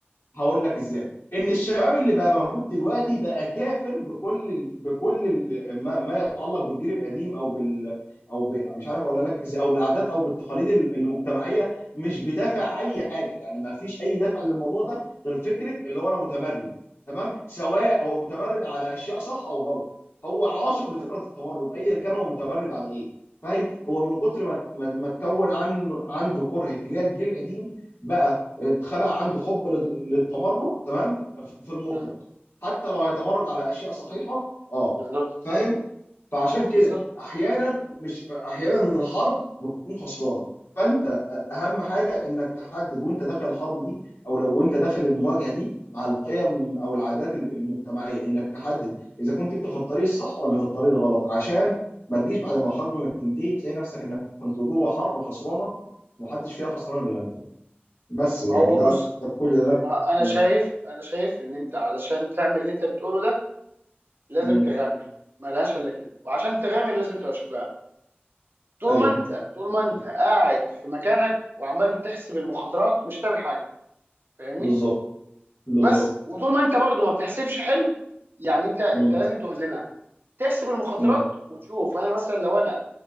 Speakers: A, on the left (about 80°); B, on the right (about 60°).
A: هقول لك ازاي ان الشباب اللي بقى موجود دلوقتي بقى كافر بكل ال... بكل ال... ما... ما يتعلق بالجيل القديم او بال او ب... مش عارف اقولها لك ازاي او بالعادات او بالتقاليد ال- المجتمعيه مش بدافع اي حاجه يعني ما فيش اي دافع للموضوع ده غير فكره اللي هو انا متمرد تمام سواء هو متمرد على اشياء صح او غلط هو عاشق
B: مم.
A: لفكره التمرد ايا كان هو متمرد على ايه فاهم هو من كتر ما ما ما اتكون عنه عنده كره اتجاه الجيل القديم بقى اتخلق عنده حب لل- للتمرد تمام ف- في المطلق
B: مم.
A: حتى لو هيتمرد على اشياء صحيحه اه
B: بالظبط
A: فاهم فعشان كده
B: بالظبط
A: احيانا مش احيانا الحرب بتكون خسرانه فانت اهم حاجه انك تحدد وانت داخل الحرب دي او لو وانت داخل المواجهه دي مع القيم او العادات ال- المجتمعيه انك تحدد اذا كنت انت في الطريق الصح ولا في الطريق الغلط عشان ما تجيش بعد ما الحرب ما تنتهي تلاقي نفسك انك كنت جوه حرب خسرانه ومحدش فيها خسران الا انت بس يعني
B: ما هو
A: ده
B: بص
A: ده كل اللي انا
B: ما انا
A: مم.
B: شايف انا شايف ان انت علشان تعمل اللي انت بتقوله ده لازم
A: مم.
B: تغامر ملهاش الا كده وعشان تغامر لازم تبقى شجاع طول
A: ايوه
B: ما انت طول ما
A: مم.
B: انت قاعد في مكانك وعمال تحسب المخاطرات مش هتعمل حاجه فاهمني
A: بالظبط بالظبط
B: بس وطول ما انت برضو ما بتحسبش حلو يعني انت انت
A: مم.
B: لازم توازنها تحسب المخاطرات
A: مم.
B: وتشوف انا مثلا لو انا